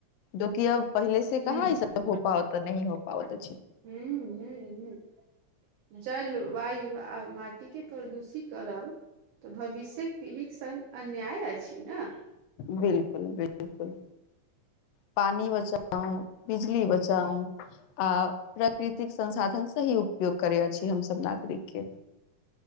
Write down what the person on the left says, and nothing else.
जोकी अब पहिले से
कहां इ सब हो पवत हो <unintelligible> नहि हो पत
बिलकुल बिलकुल। पानी बचाउ बिजली बचाउ। आ प्राकृतिक संसाधन स ही उपयोग करे अछि हमसब नागरिक के।